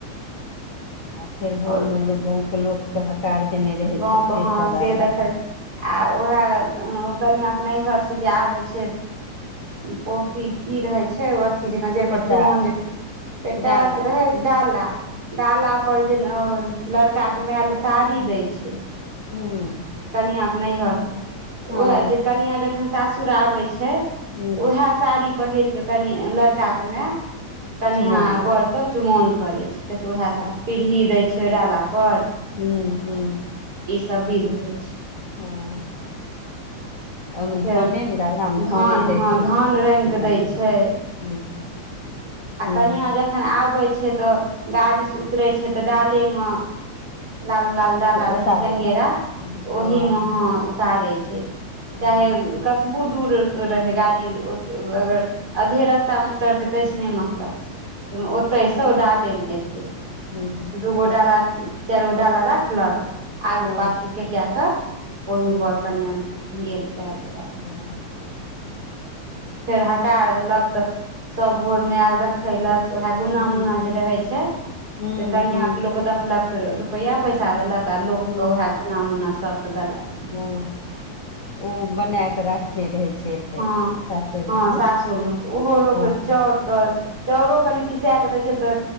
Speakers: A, on the left; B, on the right.
A: आ फेर भोरमे
B: आओर
A: लोक गाँंके लोगके हकार देने रहै
B: गाँवके
A: छै से
B: हँ
A: सब आयल
B: देखल
A: रखै
B: आ उएह कनिआँके नैहरसँ जे आबै छै। पौती की रहै छै अ <unintelligible> जक जे
A: बेटार
B: पर चुमौन जे पेटार
A: डाला
B: त रहे डाला डाला पर जेना लड़का के माय ले साड़ी दै छै
A: हूँ
B: कनिआँके नैहरसँ
A: हँ
B: ओएह जे कनिआँ जखन सासुर आबै छै
A: हूँ
B: उएह साड़ी पहिर क कनि लड़का के माय कनियाँ
A: चुमौन करै
B: बरके चुमौन करै छै कहै छै उएह
A: हँ
B: पीढ़ी दैत छै ओ डाला पर
A: हूँ हुँ
B: सब विध होइ छै।
A: हँ <inaudible> ओहिमे
B: फेर
A: धाने ने डाल धाने
B: धान
A: दैत
B: हँ
A: हेतै
B: धान रंगि
A: हु
B: कऽ दै छै
A: ह <unintelligible>
B: कनियाँ जखन आबे छै तऽ गाड़ीसँ उतरे छै तऽ डाले मे लाल लाल डाला
A: उतारै
B: रहै छै चंगेरा
A: हँ
B: तऽ ओहि
A: हँ
B: मे ह उतारे छै
A: हँ
B: चाहे कतबो दूर रहै गाड़ी अगर अधे रास्ता मे उतरतै तेस नहि मतलब छै लेकिन ओते से ओ डाले मे एतै
A: हूँ
B: दू गो डाला चारि गो डाला राखलक। आगू
A: हँ
B: पाछू के के के ओहिमे
A: हूँ
B: बड़ कनिया गेल पैंर बे
A: हँ
B: फेर हकार देलक तऽ सब भोर में आयल खलत उह गुना
A: हूँ
B: उना जे रहै छै
A: हूँ
B: से कन
A: हूँ
B: के देखलक तऽ रुपैआ पैसा देलक आ लोकके
A: हूँ
B: उएह गुना मुना सबके देलक
A: हँ ओ बना कऽ राखने रहै छै एते
B: हँ
A: सासुरेमे
B: हँ सासुरमे तऽ ओहो लोक
A: हँ
B: चाउरके चाउरो कनि पिसा क दै छै तऽ